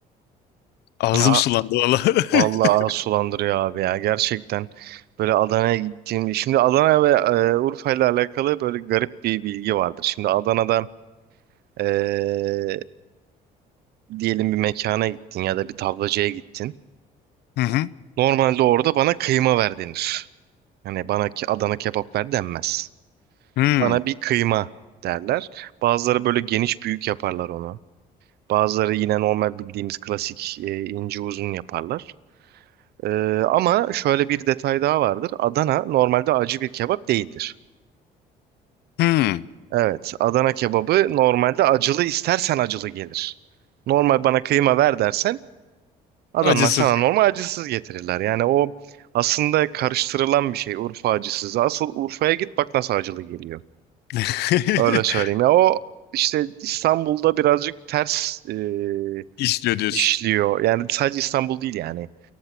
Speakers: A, on the left; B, on the right.
A: Ağzım
B: Ya
A: sulandı valla.
B: vallahi
A: <laughs>
B: ağız sulandırıyor abi ya gerçekten böyle Adana'ya gittiğim şimdi Adana ve e, Urfa ile alakalı böyle garip bir bilgi vardır. Şimdi Adana'da e, diyelim bir mekana gittin ya da bir tablacıya gittin.
A: Hı hı.
B: Normalde orada bana kıyma ver denir. Hani bana ki Adana kebap ver denmez.
A: Hmm.
B: Bana bir kıyma derler. Bazıları böyle geniş büyük yaparlar onu. Bazıları yine normal bildiğimiz klasik e, ince uzun yaparlar. Ee, ama şöyle bir detay daha vardır. Adana normalde acı bir kebap değildir.
A: Hmm.
B: Evet, Adana kebabı normalde acılı istersen acılı gelir. Normal bana kıyma ver dersen Adamlar
A: Acısız.
B: sana normal acısız getirirler. Yani o aslında karıştırılan bir şey Urfa acısızı. Asıl Urfa'ya git bak nasıl acılı geliyor.
A: <laughs>
B: Öyle söyleyeyim. Ya o işte İstanbul'da birazcık ters e,
A: İşliyor diyorsun.
B: işliyor. Yani sadece İstanbul değil yani.